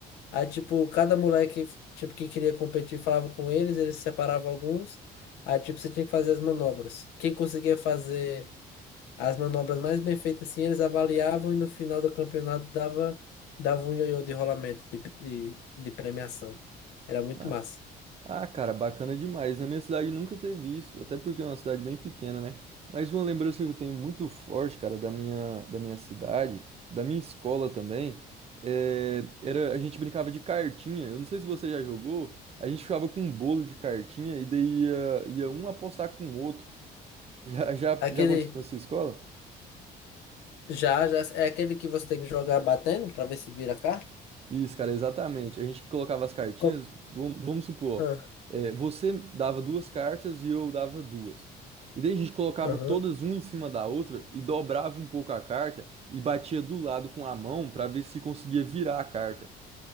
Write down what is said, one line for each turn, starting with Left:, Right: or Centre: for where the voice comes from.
Left: Aí, tipo, cada moleque, tipo, que queria competir falava com eles, eles separavam alguns. Aí, tipo, você tinha que fazer as manobras. Quem conseguia fazer as manobras mais bem feitas, assim, eles avaliavam e no final do campeonato dava, dava um ioiô de rolamento, de, de, de premiação. Era muito
Right: Ah,
Left: massa.
Right: ah, cara, bacana demais. Na minha cidade nunca teve isso, até porque é uma cidade bem pequena, né? Mas uma lembrança que eu tenho muito forte, cara, da minha, da minha cidade, da minha escola também, é, era, a gente brincava de cartinha. Eu não sei se você já jogou, a gente ficava com um bolo de cartinha e daí ia, ia um apostar com o outro. Já, já,
Left: Aquele,
Right: já aconteceu na sua escola?
Left: já, já, é aquele que você tem que jogar batendo pra ver se vira a carta?
Right: Isso, cara, exatamente. A gente colocava as cartinhas,
Left: Com...
Right: vamos, vamos supor,
Left: Ah,
Right: eh, você dava duas cartas e eu dava duas. E daí a gente colocava
Left: aham.
Right: todas uma em cima da outra e dobrava um pouco a carta e batia do lado com a mão pra ver se conseguia virar a carta.